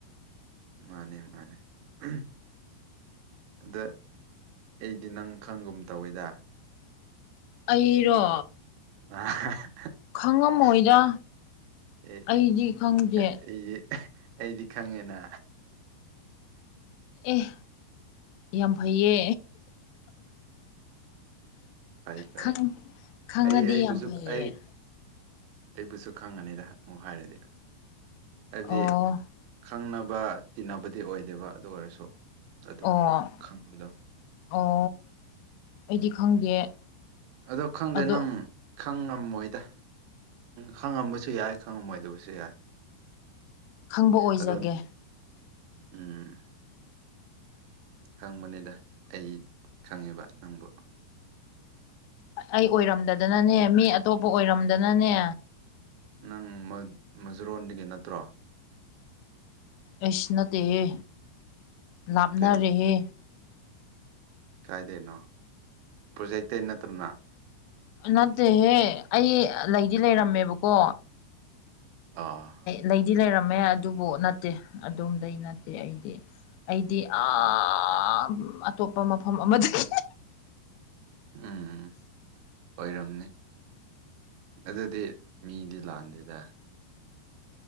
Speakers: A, on the right; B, on the left.
A: ꯃꯥꯅꯦ ꯃꯥꯅꯦ ꯑꯝꯍ ꯑꯗ ꯑꯩꯗꯤ ꯅꯪ ꯈꯪꯒꯨꯝ ꯇꯧꯋꯦꯗ
B: ꯑꯩꯔꯣ
A: ꯑ
B: ꯈꯪꯉꯝꯃꯣꯏꯗ
A: ꯑꯦ
B: ꯑꯩꯗꯤ ꯈꯪꯗꯦ꯫
A: ꯑꯩꯗꯤ ꯑꯩꯗꯤ ꯈꯪꯉꯦꯅ
B: ꯑꯦ ꯌꯥꯝ ꯐꯩꯌꯦ
A: ꯐꯩ ꯐꯩ
B: ꯈꯪ ꯈꯪꯉꯗꯤ
A: ꯑꯩ ꯑꯩꯕꯨꯁꯨ
B: ꯌꯥꯝ ꯐꯩꯌꯦ
A: ꯑꯩ꯫ ꯑꯩꯕꯨꯁꯨ ꯈꯪꯉꯅꯤꯗ ꯑꯃꯨꯛ ꯍꯥꯏꯔꯗꯤ ꯍꯥꯏꯗꯤ꯫
B: ꯑꯣ
A: ꯈꯪꯅꯕ ꯇꯤꯟꯅꯕꯗꯤ ꯑꯣꯏꯗꯦꯕ ꯑꯗꯨ ꯑꯣꯏꯔꯁꯨ ꯑꯗꯨꯝ
B: ꯑꯣ
A: ꯈꯪꯕꯗꯣ
B: ꯑꯣ ꯑꯩꯗꯤ ꯈꯪꯗꯦ꯫
A: ꯑꯗꯣ ꯈꯪꯗꯦ
B: ꯑꯗꯣ
A: ꯅꯪ ꯈꯪꯉꯝꯃꯣꯏꯗ ꯈꯪꯉꯝꯕꯁꯨ ꯌꯥꯏ ꯈꯪꯉꯝꯃꯣꯏꯗꯕꯁꯨ ꯌꯥꯏ
B: ꯈꯪꯕ ꯑꯣꯏꯖꯒꯦ
A: ꯑꯗꯣ ꯎꯝ ꯍꯪꯕꯅꯤꯗ ꯑꯩ ꯈꯪꯉꯦꯕ ꯅꯪꯕꯨ
B: ꯑꯩ ꯑꯣꯏꯔꯝꯗꯗꯅꯅꯦ ꯃꯤ ꯑꯇꯣꯞꯄ ꯑꯣꯏꯔꯝꯗꯅꯅꯦ
A: ꯅꯪ ꯃꯥ ꯃꯥꯖꯥꯔꯣꯟꯗꯒꯤ ꯅꯠꯇ꯭ꯔꯣ
B: ꯑꯥꯏꯁ ꯅꯠꯇꯦꯍꯦ ꯂꯥꯞꯅꯔꯦꯍꯦ
A: ꯀꯩ ꯀꯥꯏꯗꯩꯅꯣ ꯄ꯭ꯔꯣꯖꯦꯇꯩ ꯅꯠꯇ꯭ꯔꫭ ꯅꯥ
B: ꯅꯠꯇꯦꯍꯦ ꯑꯩ ꯂꯩꯗꯤ ꯂꯩꯔꯝꯃꯦꯕꯀꯣ
A: ꯑꯥ
B: ꯂꯩꯗꯤ ꯂꯩꯔꯝꯃꯦ ꯑꯗꯨꯕꯨ ꯅꯠꯇꯦ ꯑꯗꯨꯝꯗꯤ ꯅꯠꯇꯦ ꯑꯩꯗꯤ ꯑꯩꯗꯤ ꯑꯥ
A: ꯑꯣ
B: ꯑꯇꯣꯞꯄ ꯃꯐꯝ ꯑꯃꯗꯒꯤ
A: ꯎꯝ ꯑꯣꯏꯔꯝꯅꯤ ꯑꯗꯨꯗꯤ ꯃꯤꯗꯤ ꯂꯥꯟꯗꯦꯗ